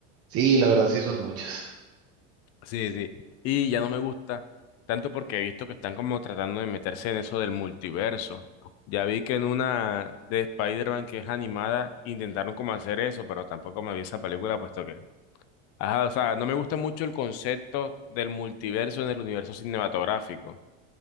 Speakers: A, on the right; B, on the left.
A: sí, la verdad sí son muchas.
B: Sí, sí. Y ya no me gusta tanto porque he visto que están como tratando de meterse en eso del multiverso. Ya vi que en una de Spider-Man que es animada intentaron como hacer eso, pero tampoco me vi esa película puesto que... Ajá, o sea, no me gusta mucho el concepto del multiverso en el universo cinematográfico.